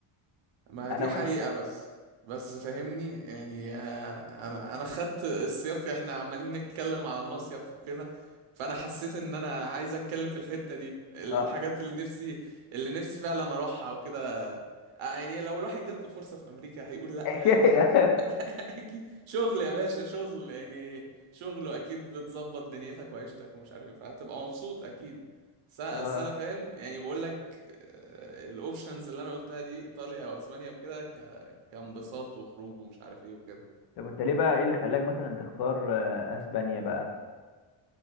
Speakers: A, on the right; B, on the left.
A: ما
B: انا
A: دي
B: وانت
A: حقيقة بس بس فاهمني يعني آه، انا انا خدت السياق احنا عمالين نتكلم على المصيف وكده فانا حسيت ان انا عايز اتكلم في الحتة دي الحاجات
B: اه
A: اللي نفسي اللي نفسي فعلا اروحها وكده آه، يعني لو الواحد جات له فرصة في امريكا هيقول لا
B: اشياء
A: يعني <laughs> <laughs> اكيد شغل يا باشا شغل يعني شغله اكيد بتظبط دنيتك وعيشتك ومش عارف ايه فهتبقى مبسوط اكيد س- بس
B: <laughs> اه
A: انا فاهم يعني بقول لك الاوبشنز اللي انا قلتها دي ايطاليا واسبانيا وكده ك- كانبساط وخروج ومش عارف ايه وكده
B: طب انت ليه بقى ايه اللي خلاك مثلا تختار آه، اسبانيا بقى